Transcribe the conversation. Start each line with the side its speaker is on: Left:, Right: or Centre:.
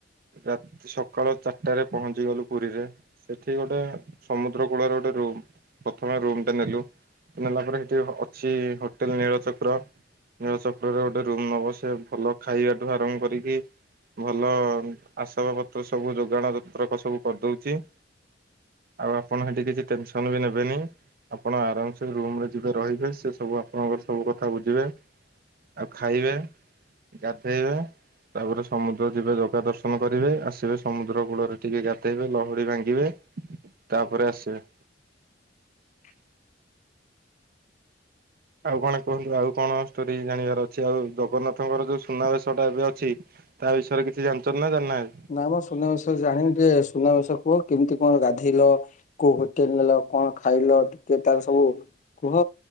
Right: ରାତି ସକାଳ ଚାରିଟାରେ ପହଞ୍ଚି ଗଲୁ ପୁରୀରେ। ସେଠି ଗୋଟେ ସମୁଦ୍ର କୂଳରେ ଗୋଟେ ରୁମ୍ ପ୍ରଥମେ ରୁମ ଟା ନେଲୁ ନେଲା ପରେ ସେଠି ଅଛି ହୋଟେଲ ନୀଳ ଚକ୍ର। ନୀଳ ଚକ୍ରରେ ଗୋଟେ ରୁମ ନବ ସେ ଭଲ ଖାଇବାଠୁ ଆରମ୍ କରିକି ଭଲ ଆସବା ପତ୍ର ସବୁ ଯୋଗାଣ ଯତ୍ରକ ସବୁ କରିଦଉଛି। ଆଉ ଆପଣ ହେଠି କିଛି ଟେନସନ୍ ବି ନେବେନି। ଆପଣ ଆରାମସେ ରୁମରେ ଯିବେ ରହିବେ ସେ ସବୁ ଆପଣଙ୍କର ସବୁ କଥା ବୁଝିବେ। ଆଉ ଖାଇବେ, ଗାଧେଇବେ। ତାପରେ ସମୁଦ୍ର ଯିବେ ଯଗା ଦର୍ଶନ କରିବେ ଆସିବେ ସମୁଦ୍ର କୂଳରେ ଟିକେ ଗାଧେଇବେ, ଲହଡ଼ି ଭାଙ୍ଗିବେ। ତାପରେ ଆସିବେ। ଆଉ କଣ କୁହନ୍ତୁ ଆଉ କଣ ଷ୍ଟୋରି ଜାଣିବାର ଅଛି? ଆଉ ଜଗନ୍ନାଥଙ୍କର ଯୋଉ ସୁନାବେଶ ଟା ଏବେ ଅଛି ତା ବିଷୟରେ କିଛି ଜାଣିଛନ୍ତି ନା ଜାଣିନାହାନ୍ତି?
Left: ନାଁ ମ ସୁନାବେଶ ଜାଣି ଟେ ସୁନାବେଶ କୁହ କେମିତି କଣ ଗାଧେଇଲ? କୋଉ ହୋଟେଲ୍ ନେଲ କଣ ଖାଇଲ ଟିକେ ତାର ସବୁ କୁହ